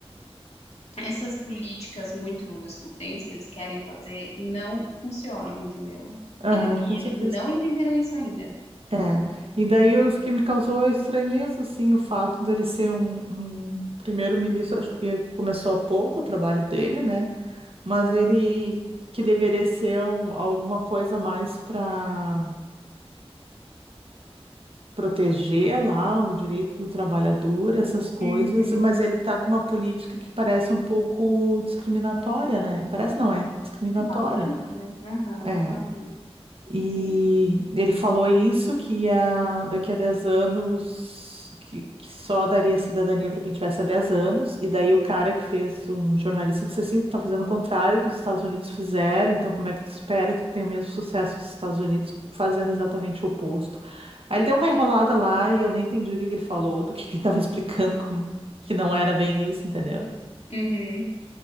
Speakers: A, on the left (about 85°); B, on the right (about 60°).
A: essas políticas muito excludentes que eles querem fazer não funcionam, entendeu?
B: Aham,
A: Ele- e
B: com certeza.
A: eles não entenderam isso ainda.
B: É, e daí o que me causou estranheza, assim, o fato dele ser um, um primeiro-ministro, acho que começou há pouco o trabalho dele, né? Mas ele que deveria ser um- alguma coisa mais para proteger lá o direito do trabalhador, essas coisas,
A: Uhum.
B: mas ele tá com uma política que parece um pouco discriminatória, né? Parece não é, discriminatória.
A: Bastante, né? Aham,
B: É.
A: aham,
B: E
A: sim.
B: ele falou isso, que ia, daqui a 10 anos, que, que só daria cidadania para quem tivesse há 10 anos. E daí o cara que fez, um jornalista, disse assim, tu tá fazendo o contrário que os Estados Unidos fizeram, então como é que tu espera que tu tenha o mesmo sucesso que os Estados Unidos, fazendo exatamente o oposto? Aí ele deu uma enrolada lá e eu nem entendi o que que ele falou, do que que ele estava <laughs> explicando, como, que não era bem isso, entendeu?
A: Uhum.